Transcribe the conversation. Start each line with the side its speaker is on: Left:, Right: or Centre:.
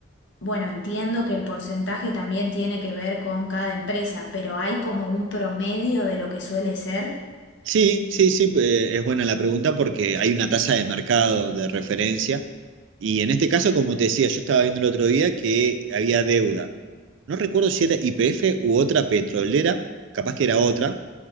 Left: bueno, entiendo que el porcentaje también tiene que ver con cada empresa, pero hay como un promedio de lo que suele ser.
Right: Sí, sí, sí, eh, es buena la pregunta porque hay una tasa de mercado de referencia y en este caso, como te decía, yo estaba viendo el otro día que había deuda. No recuerdo si era YPF u otra petrolera, capaz que era otra